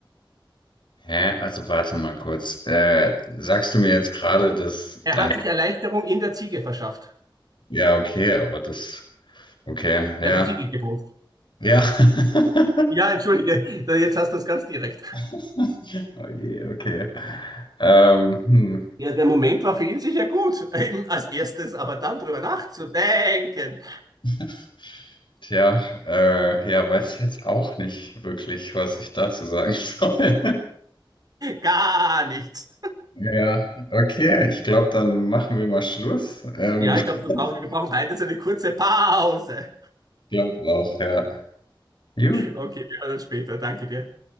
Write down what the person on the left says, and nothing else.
Hä? Also warte mal kurz. Äh, sagst du mir jetzt gerade, dass
dein...
Ja, okay, aber das... Okay, ja.
Ja. <laughs>
Oh je, okay. Ähm, hm.
Ja. Tja, äh, ja, weiß ich jetzt auch nicht wirklich, was ich dazu sagen <laughs> soll.
Ja, okay, ich glaube, dann machen wir mal Schluss. Ähm,
<laughs>
ich
glaube auch, ja. Gut.